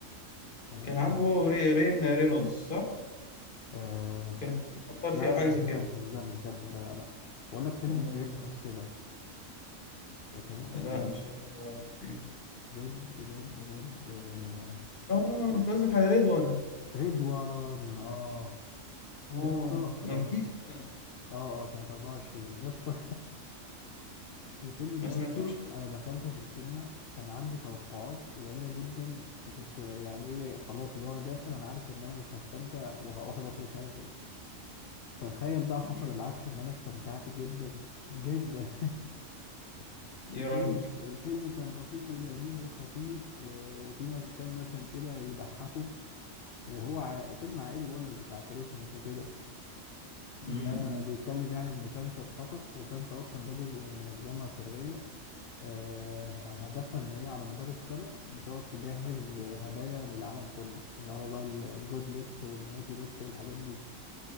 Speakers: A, on the left; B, on the left.
A: كان
B: كان
A: اسمه
B: عامله
A: ريد
B: هو ري- رين رينولدز صح
A: آه...
B: كانوا حاجات اثار
A: لا
B: فيه او
A: لا
B: حاجه
A: مش
B: زي كده
A: ده مش ده مش ده مش ده لا لا بقول لك فيلم
B: امال
A: كريسماس
B: ايه
A: كده آه، كان اسمه
B: لا
A: ايه؟
B: مش عارف آه، إيه.
A: ريد ريد ريد آه...
B: اه انت قصدك على ريد وان
A: ريد وان اه
B: اه
A: يا اسطى رغم
B: ما جديد فعلا
A: اه اه سنة 24 يا اسطى <laughs> الفيلم ده
B: ما سمعتوش
A: يا اسطى
B: لسه
A: انا دخلته في السينما كان عندي توقعات قليلة جدا وكنت يعني ايه خلاص اللي هو انا داخل انا عارف ان انا مش هستمتع وهحبط ومش عارف ايه تخيل بقى حصل
B: مم.
A: العكس ان انا استمتعت جدا جدا <laughs>
B: يا
A: الفيلم
B: راجل
A: الفيلم كان بسيط ولذيذ وخفيف و... وفي مش... كام مشهد كده يضحكوا وهو ع... فيلم عائلي بقول لك بتاع كريسماس وكده
B: مم.
A: ده بيتكلم يعني ان سانتا اتخطف وسانتا اصلا ده جزء من منظمة سرية آه، هدفها ان هي على مدار السنة بتقعد تجهز هدايا للعالم كله اللي هو بقى الجود ليست والنوتي ليست والحاجات دي